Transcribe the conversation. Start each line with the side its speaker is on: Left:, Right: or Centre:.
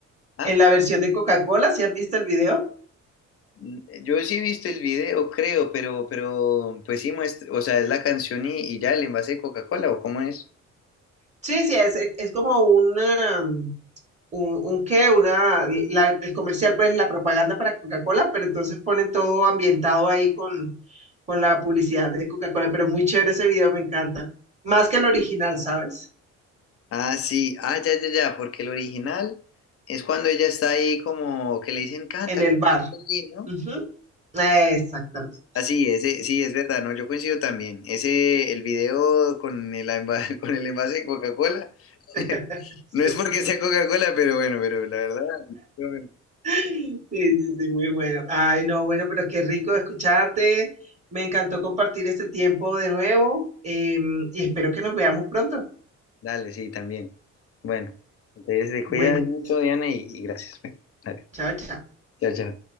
Left: Ah,
Right: en la versión de Coca-Cola, ¿sí has visto el video?
Left: mm, yo sí he visto el video, creo, pero, pero, pues sí muestra, o sea, es la canción y, y ya el envase de Coca-Cola, ¿o cómo es?
Right: Sí, sí, es, es como un, um, un, un qué, una, la- el comercial, pues la propaganda para Coca-Cola, pero entonces ponen todo ambientado ahí con, con la publicidad de Coca-Cola, pero muy chévere ese video, me encanta. Más que el original, ¿sabes?
Left: Ah, sí, ah, ya, ya, ya, porque el original es cuando ella está ahí como que le dicen, canta,
Right: en el
Left: canta,
Right: bar.
Left: Medellín", ¿no?
Right: Ujú. Exactamente.
Left: Así, ese, sí, es verdad, no, yo coincido también. Ese, el video con el, enva- <laughs> con el envase de Coca-Cola,
Right: <laughs>
Left: <laughs>
Right: Sí.
Left: no es porque sea Coca-Cola, pero bueno, pero la verdad, yo-
Right: Sí, sí, sí, muy bueno. Ay, no, bueno, pero qué rico escucharte. Me encantó compartir este tiempo de nuevo, em, y espero que nos veamos pronto.
Left: dale, sí, también. Bueno, entonces te
Right: Bueno,
Left: cuidas mucho,
Right: pues,
Left: Diana, y, y gracias. Bueno, dale,
Right: chao, chao.
Left: chao, chao.